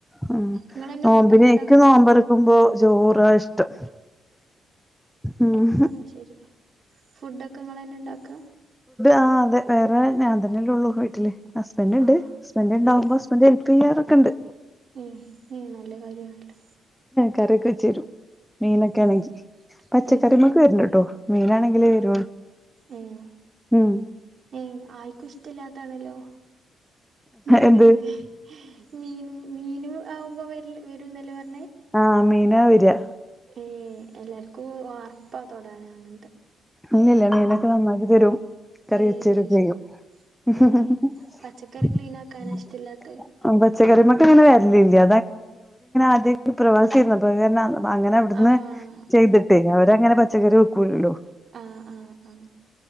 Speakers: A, in the centre; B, on the right (about 55°).
A: ആ
B: ഇങ്ങളെന്നെ
A: നോമ്പിന
B: ഫുഡൊക്കെ ഇണ്ടാക്കാ
A: ഇക്ക് നോമ്പറക്കുമ്പോ ചോറാ ഇഷ്ടം ഉം
B: ആ ശരി ഫുഡൊക്കെ നിങ്ങളെ ന്നെ ഇണ്ടാക്ക
A: ആ അതെ വേറെ ഞാൻ തന്നെല്ലേ ഉള്ളൂ വീട്ടില് ഹസ്ബൻന്റ് ഉണ്ട്
B: ആഹ്
A: ഹസ്ബൻഡറ് ഉണ്ടാവുമ്പോ
B: ഏഹ്
A: ഹസ്ബൻ ചെയ്യറൊക്കെ ഇണ്ട്
B: ഏഹ് ഏഹ് നല്ല കാര്യാണല്ലോ
A: കറീക്കെ വെച്ച തരും മീനൊക്കെ
B: ഉം
A: ആണെങ്കിൽ പച്ചക്കറിമക്ക്
B: ഏഹ്
A: വരില്ലട്ടോ മീനാണെങ്കിലേ വരുൂ
B: ഉം
A: ഉം
B: ഉം ആൾക്കും ഇഷ്ടല്ലാത്താണല്ലോ മീനൊക്കെ
A: എന്ത്
B: മീനും മീനും ആവുമ്പോ വരുന്നല്ലേ പറ
A: ആഹ മീന വരിഅഹ്
B: ഏ എല്ലാർക്കും അർപ്പ തൊടാന അങ്ങന
A: ഇല്ലല്ലീ മിനൊക്കെ നന്നാക്കി തരുും കറി
B: ഏഹ്
A: വെച്ചരുക്കയും
B: അത് ശരി
A: ചെയ്യും <unintelligible>
B: ഏഹ് പച്ചക്കറി ക്ലീൻ ആക്കാനാ ഇഷ്ടല്ലാത്തെ
A: <unintelligible> ഇപ്പൊ അങ്ങിനെ വരലില്ല അത് പ്രവാസി ആയിരുന്നപ്പോൾ അപ്പ അങ്ങനെ അവിടുന്ന്
B: ആഹ്
A: ചെയ്തിട്ടേ അവരങ്ങനെ പച്ചക്കറി വെക്കൂലല്ലോ
B: ആഹ ആഹ് ആഹ